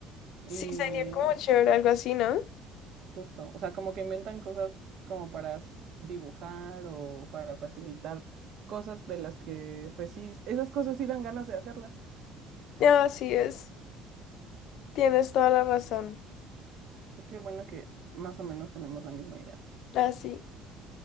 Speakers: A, on the right; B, on the left.
A: Y
B: Sí, sería como chévere, algo así, ¿no?
A: Justo, o sea, como que inventan cosas como para s- dibujar o para facilitar cosas de las que, pues sí, esas cosas sí dan ganas de hacerlas.
B: Ah, Así es. Tienes toda la razón.
A: Qué bueno que más o menos tenemos la misma idea.
B: Así.